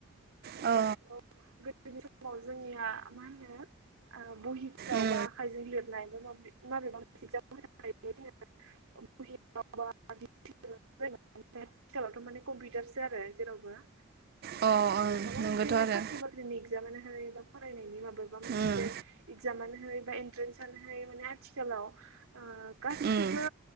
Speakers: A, on the right (about 80°); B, on the right (about 45°).
A: <unintelligible>
B: अ
A: गोदोनि समाव जोंनिया मा होनो ओ बहिफोराव
B: उम
A: बा आखाइजों लिरनाय माबेबा मोनसे एगजाम होनो <unintelligible> जोङो <unintelligible> आथिखालावथ' माने कम्पिउटारसो आरो जेरावबो ओ
B: अ ओं
A: माबा
B: नोंगौथ'
A: मोनसे
B: आरो
A: साख्रि बाख <unintelligible> बा फरायनायनि माबा मोनसे
B: उम
A: <unintelligible> <unintelligible> इकजामानो है बा एन्ट्रेन्स आनो है माने आथिखालाव ओ गासिबो
B: उम